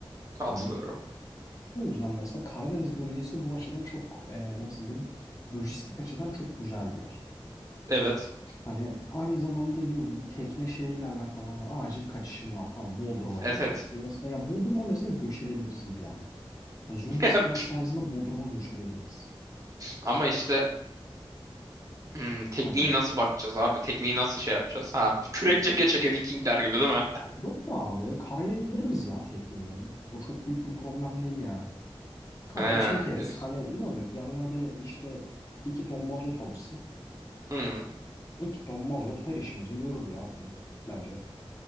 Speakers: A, on the right (about 35°); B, on the left (about 35°).
A: katılıyorum.
B: Hani o yüzden mesela Karadeniz bölgesi bu açıdan çok ee, nasıl diyeyim? Lojistik açıdan çok güzel bir yer.
A: Evet.
B: Hani aynı zamanda dediğim gibi bu tekne şeyiyle alakalı hani acil kaçışın var tamam Bodrum'a
A: Et
B: gideceksin.
A: et.
B: Mesela ya Bodrum'a mesela göç edebilirsin bir anda. Hani zombi
A: <laughs>
B: istilası sayesinde Bodrum'a göç edebiliriz.
A: Ama işte Hmm, tekniği
B: Hani
A: nasıl bakacağız abi? Tekniği nasıl şey yapacağız? Ha, kürek çeke çeke Vikingler gibi değil mi?
B: yok be abi karaya indiririz ya tekneyi. O çok büyük bir problem değil yani. Karaya
A: He
B: çekeriz.
A: diyorsun.
B: Hani ne olacak yanına bir işte iki ton mazot alırsın.
A: Hmm.
B: İki ton mazot her işimizi görür ya bizim bence.